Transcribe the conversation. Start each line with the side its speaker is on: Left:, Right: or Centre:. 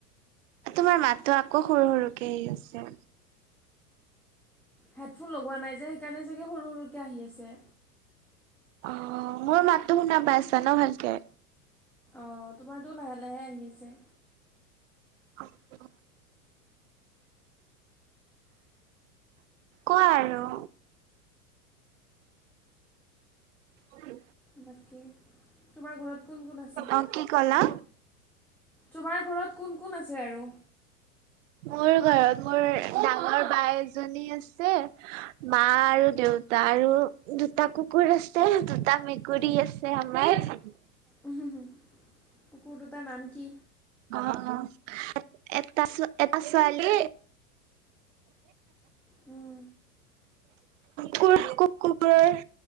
Right: তোমাৰ মাতটো আকৌ সৰু সৰুকে আহি আছে।
Centre: হেডফোন লগোৱা নাই যে সেইকাৰণে চাগে সৰু সৰুকৈ আহি আছে
Right: অ মোৰ মাত তো শুনা পাইছা ন ভালকে।
Centre: অঁ তোমাৰতো লাহে লাহে আহি আছে।
Right: অ অ কোৱা আৰু। উ।
Centre: বাকী তোমাৰ ঘৰত কোন কোন আছে?
Right: অ কি ক'লা?
Centre: তোমাৰ ঘৰত কোন কোন আছে আৰু?
Right: মোৰ ঘৰত মোৰ ডাঙৰ বাই এজনী আছে মা আৰু দেউতা আৰু দুটা কুকুৰ আছে দুটা মেকুৰী আছে। <unintelligible>
Centre: উও হু হু কুকুৰ দুটাৰ নাম কি?
Right: অ অ এটা এটা ছোৱালী
Centre: উম
Right: কুকুৰ কু কুকুৰৰ।